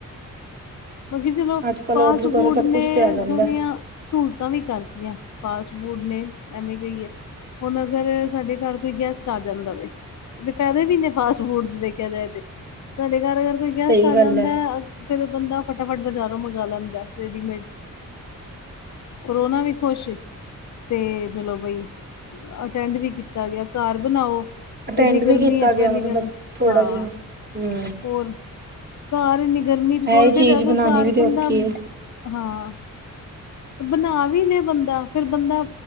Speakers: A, on the left; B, on the right.
A: ਬਾਕੀ ਚਲੋ,
B: ਅੱਜ ਕੱਲ
A: ਫਾਸਟ
B: ਔਡਰ ਕਰੋ
A: ਫੂਡ
B: ਸਭ
A: ਨੇ
B: ਕੁਛ ਤੇ ਆ ਜਾਂਦਾ
A: ਥੋੜੀਆਂ ਸੂਲਤਾਂ ਵੀ ਕਰਤੀਆਂ, ਫਾਸਟ ਫੂਡ ਨੇ ਐਵੇਂ ਕਹੀਏ। ਹੁਨ ਅਗਰ ਸਾਡੇ ਘਾੱਰ ਕੋਈ ਗੈਸਟ ਆ ਜਾਂਦਾ ਵੇ। ਤੇ ਫੈਦੇ ਵੀਨੇ ਫਾਸਟ ਫੂਡ ਦੇਖਆ ਜਾਏ ਤੇ, ਸਾਡੇ ਘਾੱਰ। ਕੋਈ ਗੈਸਟ
B: ਸਹੀ
A: ਆ
B: ਗੱਲ
A: ਜਾਂਦਾ,
B: ਹੈ
A: ਫੇਰ ਬੰਦਾ ਫਟਾਫਟ ਬਾਜ਼ਾਰੋਂ ਮੰਗਾ ਲੈਂਦਾ ਰੇਡੀਮੇਡ। ਪਰੋਨਾ ਵੀ ਖੋਸ਼। ਤੇ ਚਲੋ ਬਈ, ਅਟੈਂਡ ਵੀ ਕੀਤਾ ਗੇਆ ਘਾੱਰ ਬਨਾਓ।
B: ਅਟੈਂਡ
A: ਏਨੀ
B: ਵੀ
A: ਗਰਮੀ
B: ਕੀਤਾ
A: ਏਚ
B: ਗਿਆ
A: ਪੈਲੀ
B: ਮਤਲਬ
A: ਗੱਲ,
B: ਥੋੜਾ
A: ਹਾਂ
B: ਜਿਹਾ ਹਮ
A: ਹੋਰ। ਘਾੱਰ ਏਨੀ ਗਰਮੀ ਚ <unintelligible>
B: ਇਹ ਚੀਜ਼
A: ਅਗਰ
B: ਬਣਾਉਣੀ
A: ਘਾੱਰ
B: ਵੀ ਤੇ
A: ਬੰਦਾ,
B: ਔਖੀ ਹੈ
A: ਹਾਂ
B: <unintelligible>
A: ਬਨਾ ਵੀ ਲੇ ਬੰਦਾ ਫੇਰ ਬੰਦਾ